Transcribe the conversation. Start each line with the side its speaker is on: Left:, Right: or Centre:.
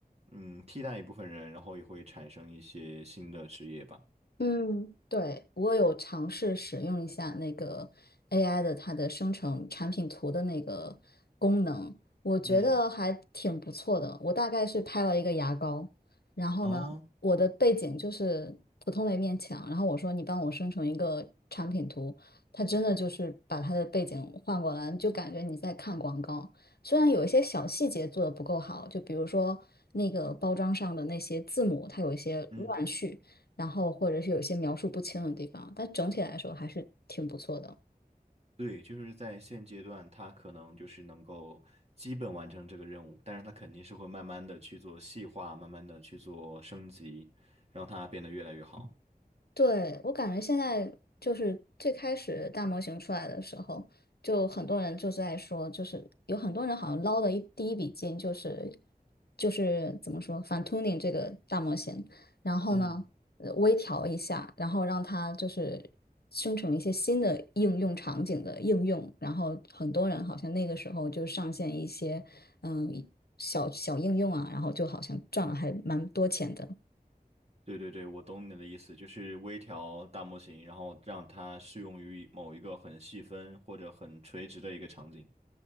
Right: 嗯，替代一部分人，然后也会产生一些新的职业吧。
Left: 嗯，对，我有尝试使用一下那个 AI 的它的生成产品图的那个功能，我觉得还挺不错的。
Right: 嗯，
Left: 我大概是拍了一个牙膏，然后呢，
Right: 啊，
Left: 我的背景就是普通的一面墙，然后我说你帮我生成一个产品图，它真的就是把它的背景换过来，就感觉你在看广告。虽然有一些小细节做的不够好，就比如说那个包装上的那些字母，它有一些乱序。
Right: 嗯，
Left: 然后或者是有些描述不清的地方，但整体来说还是挺不错的。
Right: 对，就是在现阶段，他可能就是能够基本完成这个任务，但是他肯定是会慢慢的去做细化，慢慢的去做升级，让它变得越来越好。
Left: 对，我感觉现在就是最开始大模型出来的时候，就很多人就在说，就是有很多人好像捞的一第一笔金就是就是怎么说反 tuning 这个大模型，然后呢呃微调一下，
Right: 嗯，
Left: 然后让它就是生成一些新的应用场景的应用，然后很多人好像那个时候就上线一些嗯小小应用啊，然后就好像赚了还蛮多钱的。
Right: 对对对，我懂你的意思，就是微调大模型，然后让它适用于某一个很细分或者很垂直的一个场景。